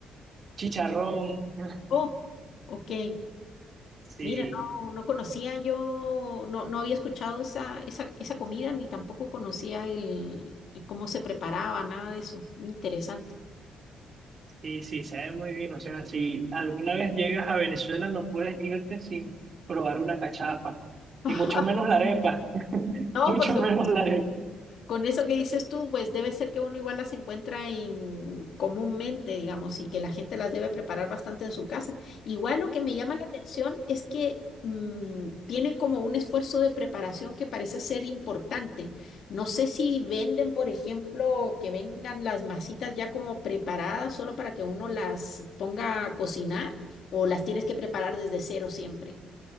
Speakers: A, on the right; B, on the left.
A: chicharrón. <laughs>
B: oh, ok.
A: Sí.
B: Mira, no, no conocía yo, no, no había escuchado esa, esa, esa comida ni tampoco conocía el, el cómo se preparaba, nada de eso. Interesante.
A: Sí, sí, sabe muy bien. O sea, si alguna vez llegas a Venezuela, no puedes irte sin probar una cachapa.
B: <laughs>
A: Y mucho menos la arepa. <laughs>
B: No,
A: Mucho
B: por supuesto.
A: menos la arepa.
B: Con eso que dices tú, pues debe ser que uno igual las encuentra en comúnmente, digamos, y que la gente las debe preparar bastante en su casa. Igual lo que me llama la atención es que mm, tiene como un esfuerzo de preparación que parece ser importante. No sé si venden, por ejemplo, que vengan las masitas ya como preparadas solo para que uno las ponga a cocinar o las tienes que preparar desde cero siempre.